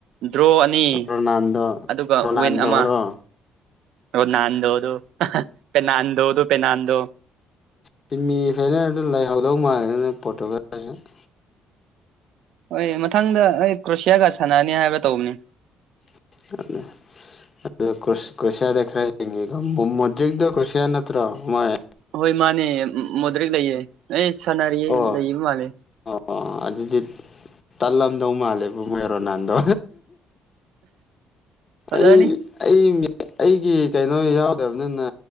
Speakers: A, on the right; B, on the left.
A: ꯗ꯭ꯔꯣ ꯑꯅꯤ
B: ꯔꯣꯅꯥꯜꯗꯣ
A: ꯑꯗꯨꯒ
B: ꯔꯣꯅꯥꯜꯗꯣꯔꯣ
A: ꯋꯤꯟ ꯑꯃ ꯔꯣꯅꯥꯟꯗꯣꯗꯨ ꯄꯦꯅꯥꯥꯟꯗꯣꯗꯨ ꯄꯦꯅꯥꯥꯟꯗꯣ
B: ꯁꯃꯤ <unintelligible> ꯑꯗꯨ ꯂꯩꯍꯧꯗꯧ ꯃꯥꯜꯂꯦꯗ ꯄꯣꯇꯣꯒꯜ <unintelligible>
A: ꯍꯣꯏ ꯃꯊꯪꯗ ꯑꯩ ꯀ꯭ꯔꯣꯁꯤꯌꯥꯒ ꯁꯥꯟꯅꯅꯤ ꯍꯥꯏꯕ ꯇꯧꯕꯅꯦ
B: <unintelligible> ꯑ ꯀ꯭ꯔꯣ ꯀ꯭ꯔꯣꯁꯤꯌꯥꯗ ꯈ꯭ꯔ <unintelligible> ꯀ꯭ꯔꯣꯁꯤꯌꯥ ꯅꯠꯇꯔꯣ ꯃꯣꯢ
A: ꯍꯣꯏ ꯃꯥꯅꯦ ꯃꯣꯗꯔꯤꯛ ꯂꯩꯌꯦ ꯑꯦ ꯁꯥꯟꯅꯔꯤ
B: ꯑꯣ
A: ꯂꯩꯕ ꯃꯥꯜꯂꯦ
B: ꯑꯣ ꯑꯗꯨꯗꯤ ꯇꯠꯂꯝꯗꯧ ꯃꯥꯜꯂꯦꯕꯨ ꯃꯣꯏ ꯔꯣꯅꯥꯟꯗꯣ
A: ꯐꯖꯔꯅꯤ
B: ꯑꯩ ꯑꯩ ꯑꯩꯒꯤ ꯀꯩꯅꯣ ꯌꯥꯎꯗꯕꯅꯤꯅ